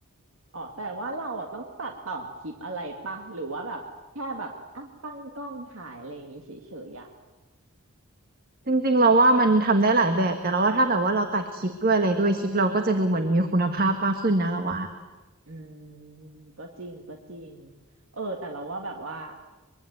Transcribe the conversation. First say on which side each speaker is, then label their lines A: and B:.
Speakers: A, on the right (about 70°); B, on the right (about 40°).
A: อ๋อแต่ว่าเราอ่ะต้องตัดต่อคลิปอะไรปะหรือว่าแบบแค่แบบอ่ะตั้งกล้องถ่ายอะไรอย่างงี้เฉยๆอ่ะ
B: จริงๆเราว่ามันทำได้หลายแบบแต่เราว่าถ้าแบบว่าเราตัดคลิปด้วยอะไรด้วยคลิปเราก็จะดูเหมือนมีคุณภาพมากขึ้นนะเราว่า
A: อืมก็จริงก็จริงเออแต่เราว่าแบบว่า